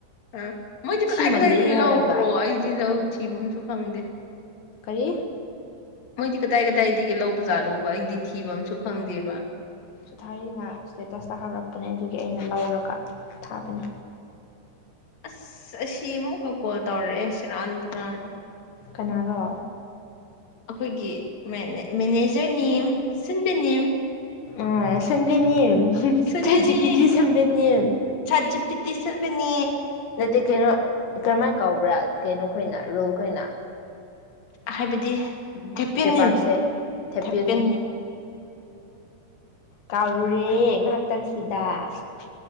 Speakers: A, on the left (about 45°); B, on the left (about 80°).
A: ꯑ ꯃꯣꯏꯗꯤ
B: ꯊꯤꯃꯜꯂꯦꯍꯦ
A: ꯀꯦꯗꯥꯏ ꯀꯗꯥꯏꯗꯒꯤ
B: ꯍꯥꯏꯔꯒ
A: ꯂꯕ꯭ꯔꯣ ꯑꯩꯗꯤ ꯂ ꯊꯤꯕꯝꯁꯨ ꯈꯪꯗꯦ
B: ꯀꯔꯤ
A: ꯃꯣꯏꯗꯤ ꯀꯗꯥꯏꯒꯗꯥꯗꯤꯒ ꯂꯧꯕ ꯖꯥꯂꯣꯕ ꯑꯩꯗꯤ ꯊꯤꯕꯝꯁꯨ ꯈꯪꯗꯦꯕ
B: ꯁꯨꯊꯔꯤꯅ ꯏꯁꯇꯦꯇꯁꯇ ꯍꯥꯞꯔꯛꯄꯅꯦ ꯑꯗꯨꯒꯤ ꯑꯩꯅ ꯂꯧꯔꯒ ꯊꯥꯕꯅꯤ
A: ꯑꯁ ꯑꯁꯤ ꯑꯃꯨꯛ ꯈꯛ ꯀꯣꯜ ꯇꯧꯔꯛꯑꯦ ꯁꯤꯦ ꯔꯥꯟ ꯇꯨꯔꯥꯟ
B: ꯀꯅꯥꯔꯣ
A: ꯑꯩꯈꯣꯏꯒꯤ ꯃꯦꯅꯦ ꯃꯦꯅꯦꯖꯔ ꯅꯤꯝ ꯁꯤꯟꯕꯅꯤꯝ <unintelligible>
B: ꯑ ꯑꯁ <unintelligible> ꯁꯝꯒꯅꯤ
A: ꯁꯟꯕꯤꯅꯤ
B: ꯆꯥꯖꯤ ꯄꯤꯗꯤ ꯁꯦꯝꯟꯒꯅꯤ
A: ꯁꯥꯠ ꯖꯤꯄꯤꯇꯤ ꯁꯟꯕꯤꯅꯤ
B: ꯅꯠꯇꯦ ꯀꯩꯅꯣ ꯀꯔꯝꯍꯥꯏꯅ ꯀꯧꯕ꯭ꯔꯥ ꯀꯩꯅꯣ ꯈꯣꯏꯅ ꯔꯣꯜ ꯈꯣꯏꯅ
A: ꯍꯥꯏꯕꯗꯤ ꯊꯦꯄꯤꯅꯤꯝ
B: ꯖꯦꯄꯥꯛꯁꯦ ꯊꯦꯄꯤꯌꯟꯅꯤ
A: ꯊꯦꯄꯤꯅꯤꯝ <unintelligible>
B: ꯀꯥꯎꯔꯨ ꯔꯦ ꯍꯥ ꯇꯪꯁꯤꯗ <unintelligible>